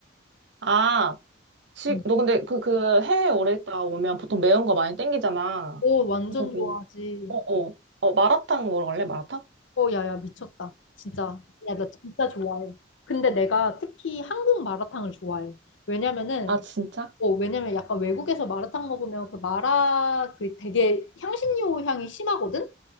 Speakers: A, on the right (about 65°); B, on the left (about 75°).
A: 아, 지,
B: 응.
A: 너 근데 그, 그 해외 오래 있다 오면 보통 매운 거 많이 땡기잖아.
B: 오, 완전
A: 그래서 뭐,
B: 좋아하지.
A: 어, 어. 어, 마라탕 먹으러 갈래? 마라탕?
B: 어, 야, 야, 미쳤다. 진짜. 야, 나 진짜 좋아해. 근데 내가 특히 한국 마라탕을 좋아해. 왜냐면은,
A: 아, 진짜?
B: 어, 왜냐면 약간 외국에서 마라탕 먹으면 그 마라 그 되게 향신료 향이 심하거든?